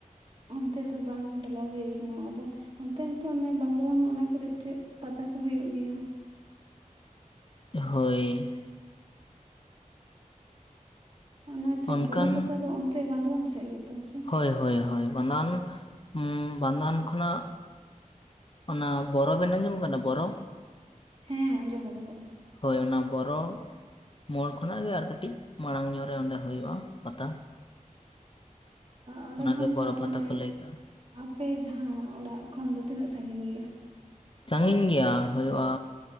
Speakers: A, on the right (about 40°); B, on the left (about 40°).
A: ᱚᱱᱛᱮ ᱫᱚ ᱵᱟᱝ ᱪᱟᱞᱟᱣ ᱦᱩᱭᱩ ᱟᱠᱟᱱᱟ ᱟᱫᱚ ᱚᱱᱛᱮ ᱦᱚᱸᱛᱚ ᱚᱱᱮ ᱵᱟᱸᱫᱳᱣᱟᱱ ᱚᱱᱟ ᱠᱚᱨᱮ ᱪᱮᱫ ᱯᱟᱛᱟ ᱠᱚ ᱦᱩᱭᱩᱜ ᱜᱮᱭᱟ
B: ᱦᱳᱭ
A: ᱚᱱᱟ ᱪᱮᱫ
B: ᱚᱱᱠᱟᱱ
A: ᱵᱚᱨᱚ ᱯᱟᱛᱟ ᱫᱚ ᱚᱱᱛᱮ ᱵᱟᱱᱫᱳᱣᱟᱱ ᱥᱮᱫ ᱜᱮᱛᱚ ᱦᱮᱸᱥᱮ
B: ᱦᱳᱭ ᱦᱳᱭ ᱦᱳᱭ ᱵᱟᱱᱫᱠᱣᱟᱱ ᱩᱸ ᱵᱟᱱᱫᱳᱣᱟᱱ ᱠᱷᱚᱱᱟᱜ ᱚᱱᱟ ᱵᱚᱨᱚ ᱵᱮᱱ ᱟᱸᱡᱚᱢ ᱠᱟᱫᱟ ᱵᱚᱨᱚ
A: ᱦᱮᱸ ᱟᱸᱡᱚᱢ ᱠᱟᱫᱟᱞᱮ
B: ᱦᱳᱭ ᱚᱱᱟ ᱵᱚᱨᱚ ᱢᱳᱲ ᱠᱷᱚᱱᱟᱜ ᱜᱮ ᱟᱨ ᱠᱟᱹᱴᱤᱡ ᱢᱟᱲᱟᱝ ᱧᱚᱜ ᱨᱮ ᱚᱸᱰᱮ ᱦᱳᱭᱳᱜᱼᱟ ᱯᱟᱛᱟ
A: ᱚᱸᱰᱮ
B: ᱚᱱᱟᱜᱮ
A: ᱠᱷᱚᱱ
B: ᱵᱚᱨᱚ
A: ᱫᱚ
B: ᱯᱟᱛᱟ
A: ᱢᱟᱱᱮ
B: ᱠᱚ ᱞᱟᱹᱭ ᱠᱟᱜ-ᱟ
A: ᱟᱯᱮ ᱡᱟᱸᱦᱟ ᱚᱲᱟᱜ ᱠᱷᱚᱱ ᱫᱚ ᱛᱤᱱᱟᱹᱜ ᱥᱟᱺᱜᱤᱧ ᱜᱮᱭᱟ
B: ᱥᱟᱺᱜᱤᱧ ᱜᱮᱭᱟ ᱦᱩᱭᱩᱜᱼᱟ